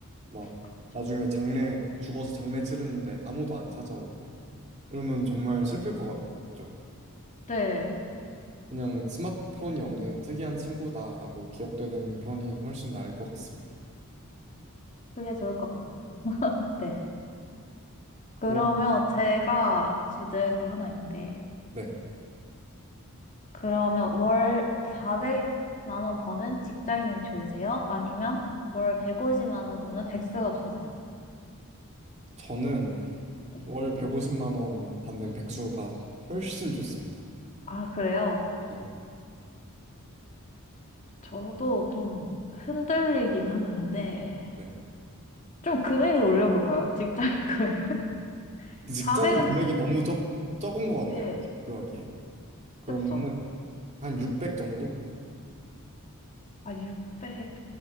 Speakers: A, on the right (about 30°); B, on the left (about 35°).
A: 막
B: 그쵸.
A: 나중에 장례 죽어서 장례 치르는데 아무도 안 찾아오고 이러면 정말 슬플 것 같죠.
B: 네,
A: 그냥 스마트폰이 없는 특이한 친구다라고 기억되는 편이 훨씬 나을 것 같습니다.
B: 그게 좋을 것 같네요. 네.
A: 그럼
B: 그러면 제가 주제가 하나 있는데,
A: 네
B: 그러면 월 400만 원 버는 직장인이 좋으세요? 아니면 월 150만 원 버는 백수가 좋으세요?
A: 저는
B: 네.
A: 월 150만 원 받는 백수가 훨씬 좋습니다.
B: 아, 그래요?
A: 네,
B: 저도 좀 흔들리긴 하는데,
A: 네.
B: 좀 금액을 올려볼까요? 직장인 금액을? <laughs>
A: 직장인
B: 400은,
A: 금액이 너무 적 적은 것 같네요.
B: 네,
A: 이렇게 비교하기에. 그러면은
B: 그쵸.
A: 한 600 정도?
B: 아, 600,